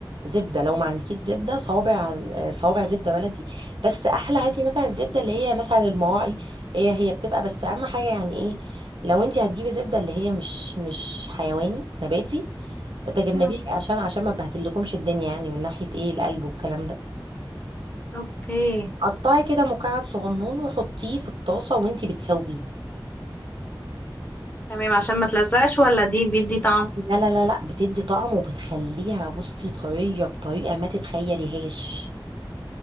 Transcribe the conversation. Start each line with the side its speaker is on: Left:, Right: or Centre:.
Right: زبده لو ما عندكيش زبده صوابع آه، صوابع زبده بلدي بس احلى هاتي
Left: مم.
Right: مثلا الزبده اللي هي مثلا المواعي هي هي بتبقى بس اهم حاجه يعني ايه لو انتي هتجيبي زبده اللي هي مش مش حيواني نباتي تجنبيه
Left: مم.
Right: عشان عشان ما بهدلكمش الدنيا يعني من ناحيه ايه القلب والكلام ده
Left: اوكي
Right: قطعي كده مكعب صغنون وحطيه في الطاسه وانتي بتسويه
Left: تمام عشان ما تلزقش ولا دي بيدي طعم
Right: لا لا لا لا بتدي طعم وبتخليها بصي طرية بطريقة ما تتخيليهاش